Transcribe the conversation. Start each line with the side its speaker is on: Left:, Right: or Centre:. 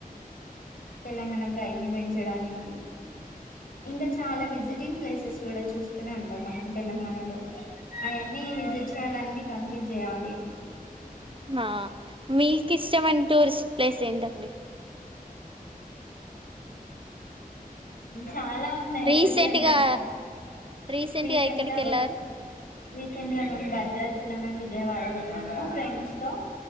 Left: తెలంగాణ ప్రైడ్ నీ పెంచడానికి ఇంకా చాలా విజిటింగ్ ప్లేసెస్ కూడా చూస్తూనే ఉంటాం మనం తెలంగాణలో ఇవన్నీ విజిట్ చేయాలిన్న కన్సలీట్ చేయాలి
Right: ఆ మీకు ఇష్టమైన టూరిస్ట్ ప్లేస్ ఏంటండి
Left: చాలా ఉన్నాయి
Right: రీసెంట్
Left: ఒకటి అని
Right: గా
Left: అ
Right: రీసెంట్
Left: రీసెంట్గా
Right: గా ఎక్కడికి వెళ్ళారు
Left: రీసెంట్గా బద్రాస్ టెలిగనా, విజయవాడ వెళ్ ఫ్రెండ్సో